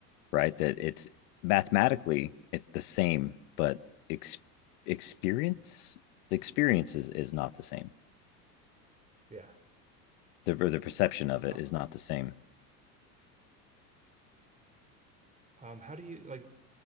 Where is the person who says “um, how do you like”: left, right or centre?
Right